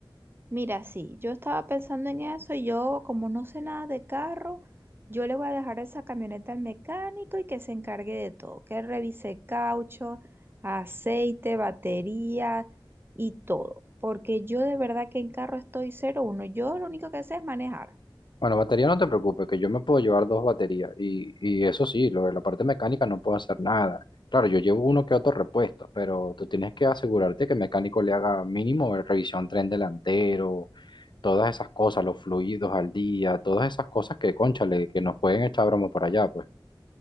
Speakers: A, on the right; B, on the left.
A: Mira, sí, yo estaba pensando en eso y yo, como no sé nada de carro, yo le voy a dejar esa camioneta al mecánico y que se encargue de todo, que revise caucho, aceite, batería y todo, porque yo de verdad que en carro estoy cero uno. Yo lo único que sé es manejar.
B: Bueno, batería no te preocupes, que yo me puedo llevar dos baterías. Y, y eso sí, lo de la parte mecánica no puedo hacer nada. Claro, yo llevo uno que otro repuesto, pero tú tienes que asegurarte que el mecánico le haga mínimo revisión tren delantero todas esas cosas, los fluidos al día, todas esas cosas que, cónchale, que nos pueden echar broma por allá, pues.